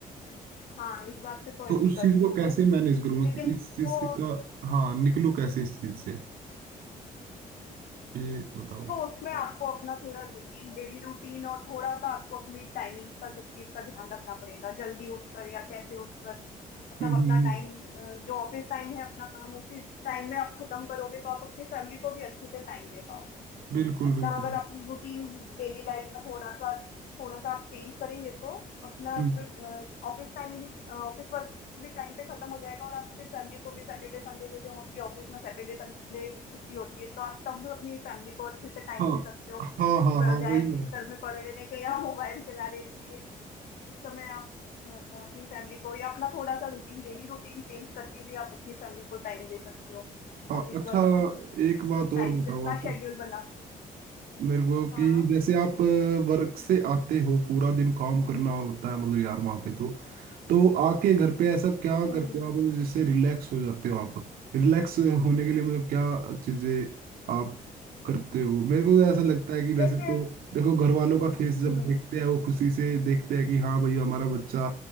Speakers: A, on the left; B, on the right.
A: हाँ इस बात से तो
B: तो
A: एग्री
B: उस
A: करती
B: चीज़ को
A: हूँ
B: कैसे
A: मैं
B: मैनेज करूँ मैं
A: लेकिन
B: कि इस चीज़
A: वो
B: से का हाँ निकलूँ कैसे इस चीज़ से ये बताओ
A: देखो उसमें आपको अपना थोड़ा रूटीन डेली रूटीन और थोड़ा सा आपको अपनी टाइमिंग का सब चीज का ध्यान रखना पड़ेगा जल्दी उठकर या कैसे उठकर मतलब
B: हम्म हम्म,
A: अपना टाइम जो ऑफिस टाइम है अपना काम उसी टाइम में आप खत्म करोगे तो आप अपनी फैमिली को भी अच्छे से टाइम दे पाओगे
B: बिल्कुल
A: अपना
B: बिल्कुल
A: अगर अपन रूटीन डेली लाइफ का थोड़ा सा थोड़ा सा आप चेंज करेंगे तो अपना
B: हम्म
A: ऑफिस टाइम भी ऑफिस वर्क भी टाइम पे खत्म हो जाएगा और आप फिर फैमिली को भी सैटरडे संडे जैसे मोस्टली ऑफिस में सैटरडे संडे छुट्टी होती है तो आप तब अपनी फैमिली को अच्छे से टाइम
B: हाँ
A: दे सकते हो
B: हाँ हाँ
A: बजाय
B: हाँ वही
A: बिस्तर
B: है
A: में पड़े रहने के या मोबाइल चलाने के उस समय आप अपनी फैमिली को या अपना थोड़ा सा रूटीन डेली रूटीन चेंज करके भी आप अपनी फैमिली को टाइम दे सकते हो
B: हाँ
A: ऑफिस
B: अच्छा
A: वर्क
B: एक बात
A: टाइम
B: और बताओ
A: से अपना
B: आप
A: शेड्यूल बना के
B: मेरे को
A: हाँ
B: कि जैसे आप वर्क से आते हो पूरा दिन काम करना होता है मतलब यार वहां पे तो तो आके घर पे ऐसा क्या
A: हम्म
B: करते हो आप मतलब जिससे रिलैक्स हो जाते हो आप रिलैक्स होने के लिए मतलब क्या चीजें आप करते हो मेरे को तो ऐसा लगता है कि वैसे
A: जैसे
B: तो देखो घर वालों का फेस जब
A: हम्म
B: देखते हैं वो खुशी से देखते हैं कि हाँ भाई हमारा बच्चा